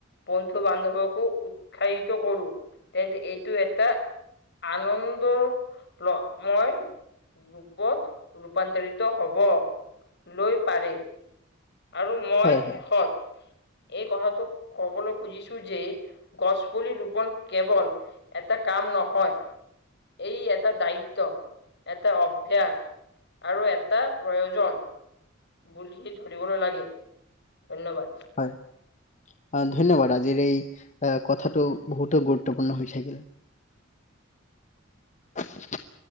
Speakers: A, on the left; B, on the left.
A: বন্ধু-বান্ধবকো উৎসাহিত কৰো, <unintelligible> এইটো এটা আনন্দ ল মই ৰূপত ৰূপান্তৰিত হ'বলৈ পাৰে। আৰু মই
B: হয়,
A: শেষত
B: হয়,
A: এই কথাটোক কবলৈ খুজিছো। যে গছপুলি ৰোপন কেৱল এটা কাম নহয় এই এটা দায়িত্ব, এটা অভ্যাস। আৰু এটা প্ৰয়োজন <unintelligible> ধৰিবলৈ লাগে, ধন্যবাদ।
B: হয়। অ', ধন্যবাদ আজিৰ এই কথাটো বহুতো গুৰুত্বপূৰ্ন হৈ থাকিল। <unintelligible>